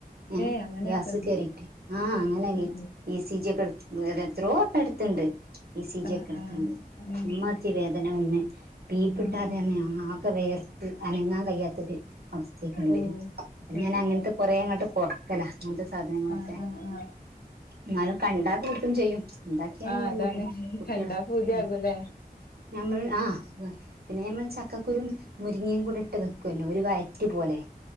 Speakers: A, on the right; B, on the left.
A: ഉം
B: ഏയ് അങ്ങനെയൊക്കെ
A: ഗ്യാസ് കേറീട്ട് ആഹ് അങ്ങനെ
B: ആഹ്
A: ഇ സി ജ്യൊക്കെട് വേദ എത്രോ വട്ടട്ത്തിണ്ട് ഇ സി ജ്യക്കെ
B: ആഹ്
A: എടുത്തിണ്ട്
B: ആഹ് ആഹ് ഏഹ്
A: അമ്മാതിരി വേദന വന്ന് ബീപിട്ടാതണ്
B: ആഹ് ആഹ്
A: ആകെ വേയർത്ത്
B: ഓ
A: അനങ്ങാകയ്യാത്തൊരു അവസ്ഥേക്കിണ്
B: ഓ
A: വരും അപ്പൊ ഞാൻ അങ്ങർത്തെ
B: ഓ
A: കൊറെ അങ്ങട്ട് കൊർക്കല അങ്ങൻത്തെ സാധനങ്ങളൊക്കെ
B: ആ ആ ആ ആ
A: ഇന്നാലും കണ്ടാ കൂട്ടും ചെയ്യും ഇണ്ടാക്ക്യ
B: ആ
A: ഞമ്മൾ
B: അതാണ്
A: കൂട്ടും കുട്ട്യാള്
B: കണ്ടാ പൂതിയാകൂലേ
A: ഉം ഞമ്മൾ ആഹ് പിന്നെ ഞമ്മൾ ചക്കക്കുരും മുരിങ്ങേം കൂടെട്ട് വെക്കല്ലോ ഒരു വയറ്റ് പോലെ